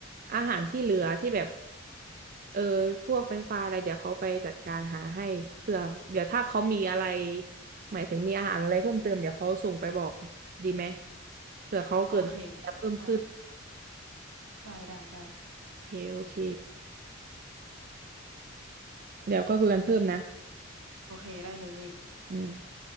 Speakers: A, on the right; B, on the right.
A: อาหารที่เหลือที่แบบเออพวกเฟรนช์ฟรายอะไรเดี๋ยวเขาไปจัดการหาให้เผื่อเดี๋ยวถ้าเขามีอะไรหมายถึงมีอาหารอะไรเพิ่มเติมเดี๋ยวเขาส่งไปบอกดีไหมเผื่อเขาเกิดจะเพิ่มขึ้น
B: โอเคได้ได้ได้ได้
A: โอเคโอเคเดี๋ยวก็คุยกันเพิ่มนะ
B: โอเคได้เลย
A: อืม